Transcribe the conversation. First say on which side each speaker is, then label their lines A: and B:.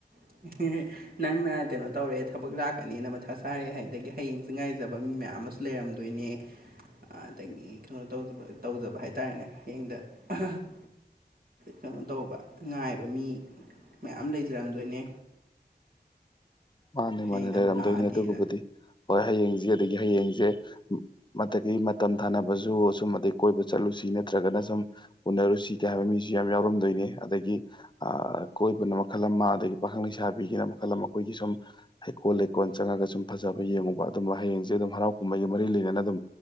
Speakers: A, on the right; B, on the left.
A: <unintelligible> ꯅꯪꯅ ꯀꯩꯅꯣ ꯇꯧꯔꯦ ꯊꯕꯛ ꯂꯥꯛꯀꯅꯦꯅ ꯃꯊꯥ ꯆꯥꯔꯦ ꯍꯥꯏꯗꯒꯤ ꯍꯌꯦꯡꯖꯦ ꯉꯥꯏꯖꯕ ꯃꯤ ꯃꯌꯥꯝ ꯑꯃꯁꯨ ꯂꯩꯔꯝꯗꯣꯏꯅꯦ ꯑꯗꯒꯤ ꯀꯩꯅꯣ ꯇꯧꯖꯕ ꯇꯧꯖꯕ ꯍꯥꯏꯇꯥꯥꯔꯦꯅꯦ ꯍꯌꯦꯡꯗ <unintelligible> ꯀꯩꯅꯣ ꯇꯧꯕ ꯉꯥꯏꯕ ꯃꯤ ꯃꯌꯥꯝ ꯂꯩꯖꯔꯝꯗꯣꯏꯅꯦ
B: ꯃꯥꯅꯦ
A: ꯍꯌꯦꯡꯗꯕꯨ
B: ꯃꯥꯅꯦ ꯂꯩꯔꯝꯗꯣꯏꯅꯦ
A: ꯂꯥꯛꯑꯗꯤꯅ
B: ꯑꯗꯨꯒꯕꯨꯗꯤ ꯍꯣꯏ ꯍꯌꯦꯡꯖꯦ ꯑꯗꯒꯤ ꯍꯌꯦꯡꯖꯦ ꯃꯗꯒꯤ ꯃꯇꯝ ꯊꯥꯅꯕꯁꯖꯨ ꯁꯨꯝ ꯑꯗꯩ ꯀꯣꯏꯕ ꯆꯠꯂꯨꯁꯤ ꯅꯠꯇ꯭ꯔꯒꯅ ꯁꯨꯝ ꯎꯅꯔꯨꯁꯤ ꯀ ꯍꯥꯏꯕ ꯃꯤꯁꯤ ꯌꯥꯝ ꯌꯥꯎꯔꯝꯗꯣꯏꯅꯦ ꯑꯗꯒꯤ ꯑ ꯀꯣꯏꯕꯅ ꯃꯈꯜ ꯑꯃ ꯑꯗꯒꯤ ꯄꯥꯈꯪ ꯂꯩꯁꯥꯕꯤꯒꯤꯅ ꯃꯈꯜ ꯑꯃ ꯑꯩꯈꯣꯏꯒꯤ ꯁꯨꯝ ꯍꯩꯀꯣꯜ ꯂꯩꯀꯣꯜ ꯆꯪꯉꯒ ꯁꯨꯝ ꯐꯖꯕ ꯌꯦꯡꯉꯨꯕ ꯑꯗꯨꯝꯕ ꯍꯌꯦꯡꯖꯦ ꯑꯗꯨꯝ ꯍꯔꯥꯎ ꯀꯨꯝꯃꯩꯒ ꯃꯔꯤ ꯂꯩꯅꯅ ꯑꯗꯨꯝ